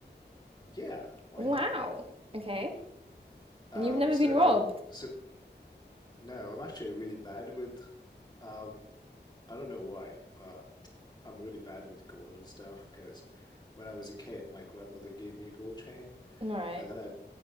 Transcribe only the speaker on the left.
Yeah, why
not?
Um,
so
I so No, I'm actually really bad with, um, I don't know why, but I'm really bad with gold and stuff because when I was a kid, my grandmother gave me a gold chain,
and then I,